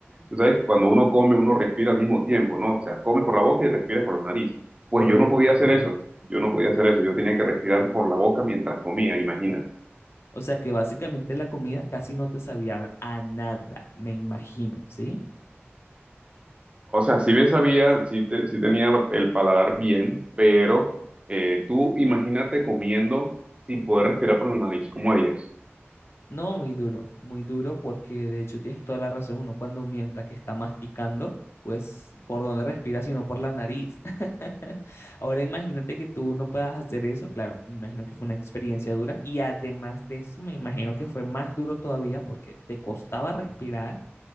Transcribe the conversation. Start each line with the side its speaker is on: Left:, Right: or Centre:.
Right: Tú sabes, cuando uno come, uno respira al mismo tiempo, ¿no? O sea, comes por la boca y respiras por la nariz. Pues
Left: Correcto,
Right: yo no podía
Left: correcto.
Right: hacer eso, yo no podía hacer eso, yo tenía que respirar por la boca mientras comía, imagínate.
Left: O sea que básicamente la comida casi no te sabía a nada, me imagino, ¿sí?
Right: O sea, si bien sabía, sí, te- sí tenía el paladar bien, pero eh, tú imagínate comiendo sin poder respirar por la nariz, ¿cómo harías?
Left: No, muy duro, muy duro porque de hecho tienes toda la razón, uno cuando mientras que está masticando, pues por dónde respira, sino por la nariz. <laughs> Ahora imagínate que tú no puedas hacer eso, claro, me imagino que fue una experiencia dura y además de eso me imagino que fue más duro todavía porque te costaba respirar